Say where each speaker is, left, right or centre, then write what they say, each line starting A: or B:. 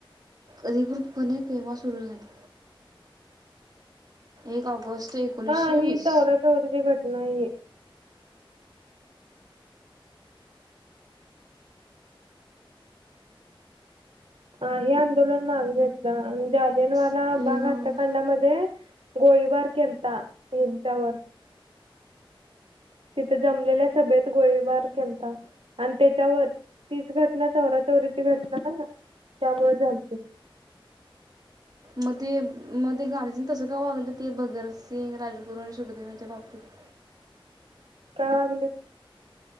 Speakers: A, on the right; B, on the right.
A: अधिकृतपणे केव्हा सुरू झाली एक ऑगस्ट एकोणीसशे
B: हा
A: वीस
B: ही तवरा तावरीची घ नाहीये. हा हे आंदोलन माग घेतला आणि जालियनवाला
A: एक
B: बाग
A: ऑगस्ट
B: हत्याकांडामध्ये गोळीबार केलता यांच्यावर. तिथे जमलेल्या सभेत गोळीबार केलता आणि त्याच्यावर तीच घटना चौरा चौरीची घटना त्यामुळे झालती.
A: मग ते मग ते गा <unintelligible> तस वागलं ते भगतसिंग, राजगुरू आणि सुखदेव यांच्या बाबतीत
B: का वागलेत?